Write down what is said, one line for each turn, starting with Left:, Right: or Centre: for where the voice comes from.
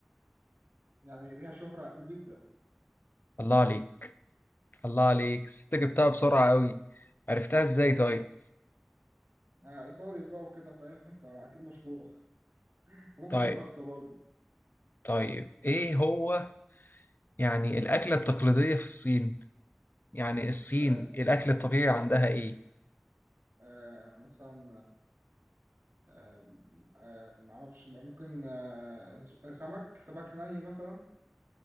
Right: يعني ليها شهرة البيتزا
Left: الله عليك الله عليك ست جبتها بسرعة قوي عرفتها ازاي
Right: اه
Left: طيب
Right: آه، ايطالي بقى وكده فاهم فاكيد مشهورة <laughs> ممكن
Left: طيب
Right: الباستا برضو
Left: طيب ايه هو يعني الأكلة التقليدية في الصين يعني الصين
Right: آه
Left: الأكل الطبيعي عندها إيه؟
Right: آه مثلا آه آه معرفش بقى، ممكن آه س- آه، سمك سمك ني مثلا